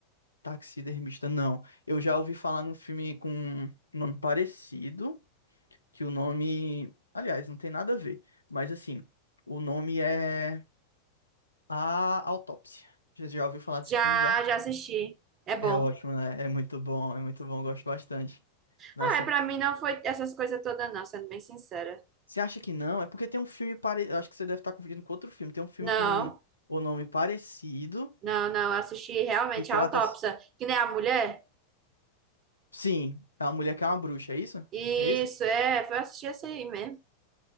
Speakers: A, on the left; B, on the right.
A: Taxidermista, não. Eu já ouvi falar num filme com um nome parecido, que o nome. Aliás, não tem nada a ver. Mas assim, o nome é A Autópsia. Já já ouviu falar desse
B: Já,
A: filme já?
B: já assisti. É bom.
A: É ótimo, né? É muito bom, é muito bom, eu gosto bastante. Nossa,
B: Ah,
A: eu-
B: pra mim não foi essas coisas todas, não, sendo bem sincera.
A: você acha que não? É porque tem um filme parecido. Acho que você deve estar confundindo com outro filme. Tem um filme
B: Não,
A: com o nome parecido.
B: não, não. Eu assisti realmente
A: E trata.
B: a autópsia, que nem a mulher.
A: Sim, é uma mulher que é uma bruxa, é isso?
B: Isso,
A: É isso?
B: é, foi assistir essa aí mesmo.